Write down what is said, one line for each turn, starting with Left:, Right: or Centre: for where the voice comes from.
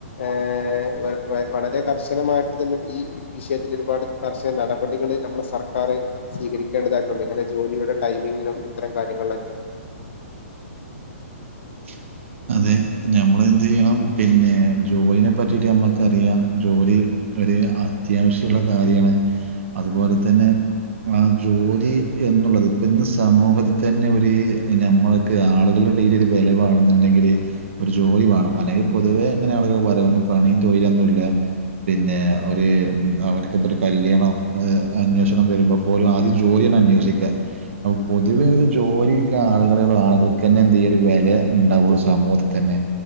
Left: ഏഹ വവളരെ കർശനമായിട്ട് തന്നെ ഈ വിശയത്തില് ഒര്പാട് കർശന നടപടി കുട്ടകളെ നമ്മുടെ സർക്കാർ സ്വീകരിക്കേണ്ടതായിട്ടുണ്ട് ഇങ്ങനെ ജോലിയുടെ ടൈമിങ്ങിനും ഇത്തരം കാര്യങ്ങളിലക്കെ
Right: <unintelligible> അതെ ഞനമ്മ ളെന്ത്യ്യണം പിന്നെ ജോലീനെ പറ്റിയിട്ട് നമ്മക്കറിയാം ജോലി ഒരു അത്യാവശ്യള്ള കാര്യണ് അതുപോലെ തന്നെ ആഹ ജോലി എന്നുള്ളത് ഇപ്പ ഇന്ന് സമൂഹത്തി തന്നെ ഒരുഞമ്മൾക്ക് ആളുകള എടയില് വിലവാണെന്നുണ്ടെങ്കില് ഒരു ജോലി വണം അല്ലങ്ക പൊതുവേ അങ്ങനണല്ലോ പറ യ്പണിയും തൊയിലൊന്നുല്ല പിന്നെ ഒരു അവനക്കിപ്പോ ഒരു കല്യാണം അന്വേഷണം വരുമ്പം പോലും ആദ്യം ജോലി യാണ് അന്വേഷി ക്ക അപ്പ പൊതുവേ ഒരു ജോലിയുള്ള ആളുകളെ ആ ള്കൾക്ക് തന്നെ എന്ത് യ്യ വെല ഉണ്ടാവുള്ളൂ സമൂഹത്തി തന്നെ